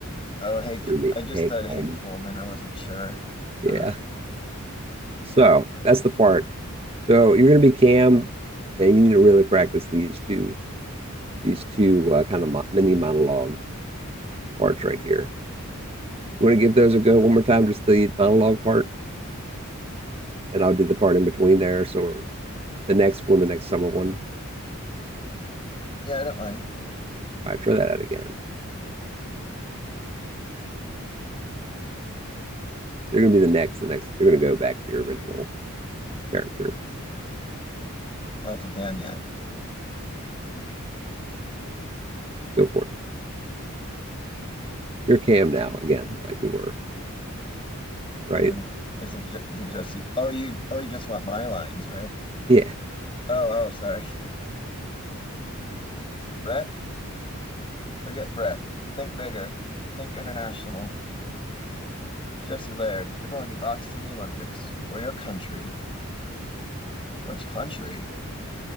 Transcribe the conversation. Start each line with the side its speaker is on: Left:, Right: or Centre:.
Left: Oh, Hank,
Right: threw me.
Left: I just
Right: Hank
Left: said Hank
Right: Foreman.
Left: Fullman. I wasn't sure, but
Right: Yeah.
Left: uh,
Right: So that's the part. So you're going to be Cam, and you need to really practice these two, these two uh, kind of mo- mini monologue parts right here. You want to give those a go one more time, just the monologue part, and I'll do the part in between there. So the next one, the next summer one.
Left: yeah, I don't mind.
Right: All right, try that out again. So you're going to be the next, the next. You're going to go back to your original character.
Left: Oh, to Cam, yeah.
Right: Go for it. You're Cam now again, like we were, right?
Left: Isn't isn't isn't Jesse? Oh, you oh, you just want my lines, right?
Right: Yeah.
Left: Oh, oh, sorry, <laughs> Brett. Forget Brett. Think bigger. Think international. Jesse Laird, you're going to box in the Olympics for your country. Which country?